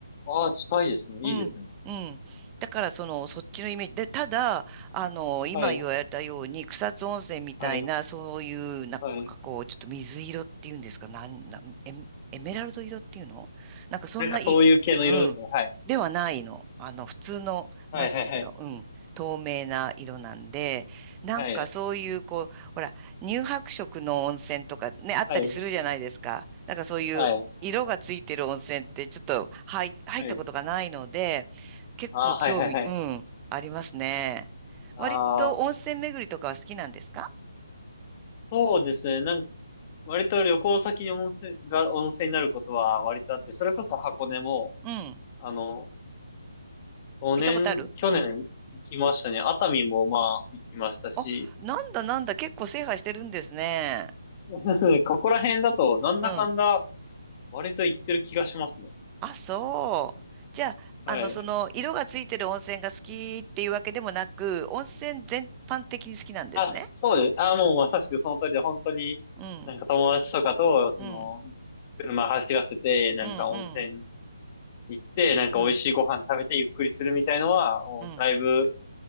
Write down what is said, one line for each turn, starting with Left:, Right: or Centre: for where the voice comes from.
Left: ああ、近いですね。
Right: うん、
Left: いいですね。
Right: うん。だから、その、そっちのイメージ。で、ただ、あの、今言われたように、
Left: はい。
Right: 草津温泉みたいな、
Left: はい。
Right: そういう、なんかこう、
Left: はい。
Right: ちょっと水色っていうんですか、なん、なん、エメ、エメラルド色っていうのなんかそんない、
Left: なんかそういう系の色ですね。
Right: うん。
Left: はい。
Right: ではないの。あの、普通の、
Left: はいはいはい。
Right: なんて言うんだろう。うん。透明な色なんで、なんかそういう、
Left: はい。ね、
Right: こう、ほら、乳白色の温泉とかね、あったりするじゃないですか。
Left: はい
Right: なんかそういう、
Left: はい
Right: 色がついてる温泉ってちょっと入、入ったことがないので、
Left: はい。
Right: 結構興味、
Left: ああ、はいはいはい。
Right: うん、ありますね。割と温泉巡りとかは好きなんですか
Left: ああ、そうですね。なん割と旅行先に温泉が、温泉になることは割とあって、それこそ箱根も、
Right: うん。
Left: あの、5年、
Right: 行ったことあるうん。
Left: 去年行きましたね。熱海もまあ行きましたし、
Right: あ、なんだなんだ、結構制覇してるんですね。
Left: <laughs> ここら辺だとなんだかんだ
Right: うん。
Left: 割と言ってる気がしますね。
Right: あ、そう。じゃあ、
Left: はい。
Right: あの、その、色がついてる温泉が好きっていうわけでもなく、温泉全般的に好きなんですね。
Left: あ、そうです。あ、もうまさしくその通りで、本当に、
Right: うん、
Left: なんか友達とかと、その、
Right: うん、
Left: 車走らせて、なんか温泉
Right: うん、うん、
Left: 行って、なんか美味しいご飯食べてゆっくりするみたいのは、
Right: うん、
Left: もうだいぶ、
Right: うん。